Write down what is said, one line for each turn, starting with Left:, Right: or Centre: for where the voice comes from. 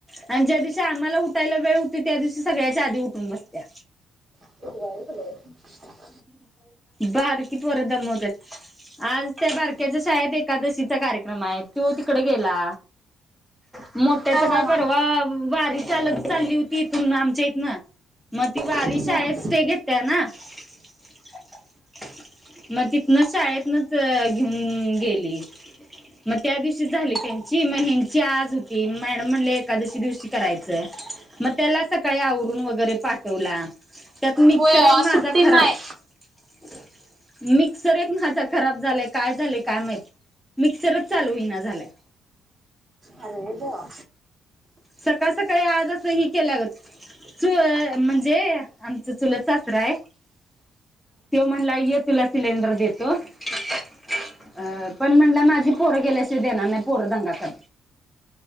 Centre: आणि ज्या दिवशी आम्हाला उठायला वेळ होतंय त्या दिवशी सगळ्याच्या आधी उठून बसत्या.
Right: <unintelligible>
Centre: बारकी पोरं दमवत्यात. आज त्या बारक्याच्या शाळेत एकादशीचा कार्यक्रम आहे तो तिकडे गेला. मोठ्याचं
Right: हा हा
Centre: काय
Right: हा
Centre: परवा वारी चालत चालली होती इथून आमच्या इथनं मग ती वारी
Right: हम्म
Centre: शाळेत स्टे घेते ना. <inaudible> मग तिथनं शाळेतनंच घेऊन गेली. मग त्या दिवशी झाली त्यांची मग ह्यांची आज होती, मॅडम म्हणले एकादशी दिवशी करायचं. मग त्याला सकाळी आवरून वगैरे पाठवला, त्यात मिक्सर
Right: होय ओ
Centre: एक
Right: आज
Centre: माझा
Right: सुट्टी
Centre: खराब
Right: नाही.
Centre: <inaudible> मिक्सर एक माझा खराब झालाय काय झालंय काय माहित? मिक्सरचं चालू होईना झालाय.
Right: अरेे देवा.
Centre: सकाळ सकाळी आजचं ही केल्या ग चू म्हणजे आमचं चुलत सासराय. त्यो म्हणला ये तुला सिलेंडर देतो. अं पण म्हणला माझी पोरं गेल्याशिवाय देणार नाही पोरं दंगा कर